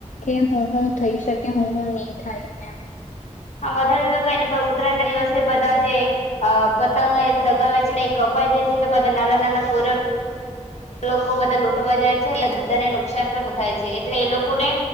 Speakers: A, on the left; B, on the left.
A: કે હું હું થઈ શકે હું હું નહી થાય એમ
B: હા વધારે તો કઈ ને પણ ઉત્તરાયણ ના દિવસે બધા જે પતંગ એ ચગાવે છે ને એ કપાઈ જાય છે તો બધા નાના નાના પોર લોકો બધા લૂંટવા જાય છે બધાને નુકસાન પણ થાય છે એટલે એ લોકોને